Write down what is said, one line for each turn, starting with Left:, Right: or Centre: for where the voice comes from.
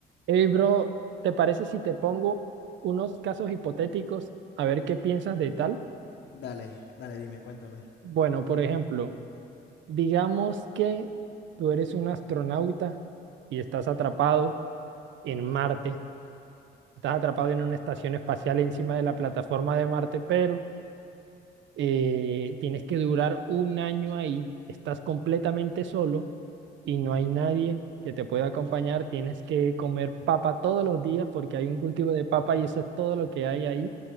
Right: Hey, bro, ¿te parece si te pongo unos casos hipotéticos a ver qué piensas de tal?
Left: Dale, dale, dime, cuéntame.
Right: Bueno, por ejemplo, digamos que tú eres un astronauta y estás atrapado en Marte, estás atrapado en una estación espacial encima de la plataforma de Marte, pero eh, tienes que durar un año ahí, estás completamente solo y no hay nadie que te pueda acompañar, tienes que comer papa todos los días porque hay un cultivo de papa y eso es todo lo que hay ahí